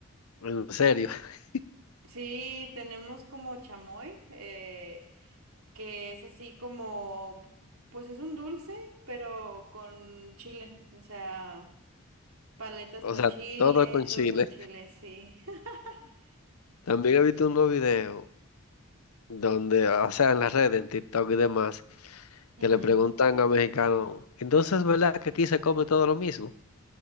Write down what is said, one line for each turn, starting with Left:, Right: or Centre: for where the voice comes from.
Left: en serio, <laughs>
Right: Sí, tenemos como chamoy, eh, que es así como, pues es un dulce, pero con chile, o sea, paletas
Left: o
Right: con
Left: sea,
Right: chile,
Left: todo con chile.
Right: todo con chile, sí. <laughs>
Left: También he visto unos videos donde, o sea, en las redes, en TikTok y demás,
Right: Ujú,
Left: que le preguntan a mexicanos, entonces, ¿verdad que aquí se come todo lo mismo?